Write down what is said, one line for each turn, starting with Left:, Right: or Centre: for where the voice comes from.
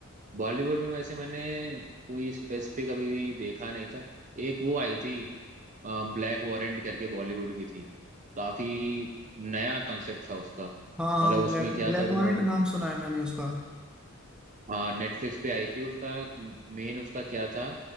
Right: बॉलीवुड में वैसे मैंने कोई स्पेसिफिक अभी देखा नहीं था एक वो आई थी ब्लैक वॉरेंट करके बॉलीवुड की थी काफी नया कंसेप्ट था उसका
Centre: हाँ हाँ
Right: मतलब उसमें
Centre: ब्लैक
Right: क्या
Centre: ब्लैक
Right: था तुम्हारे
Centre: वालेट नाम सुना है मैंने उसका
Right: हाँ नेटफ्लिक्स पे आई थी उसका मेन उसका क्या था